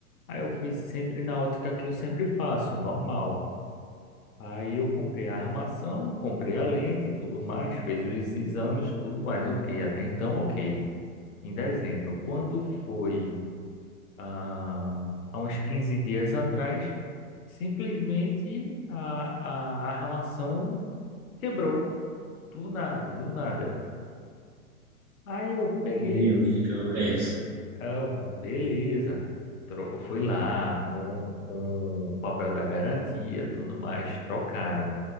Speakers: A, on the left (about 65°); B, on the right (about 45°).
A: Aí eu fui sempre na ótica que eu sempre faço, normal. Aí eu comprei a armação, comprei a lente e tudo mais, fez os exames, tudo mais, ok. Até então, ok. Em dezembro. Quando foi? ah, há uns 15 dias atrás, simplesmente a, a armação quebrou. Do nada, do nada. Aí eu peguei,
B: E aí, o que que eu fiz?
A: ah, eu, beleza. Tro- Fui lá com, com o papel da garantia, tudo mais, trocaram.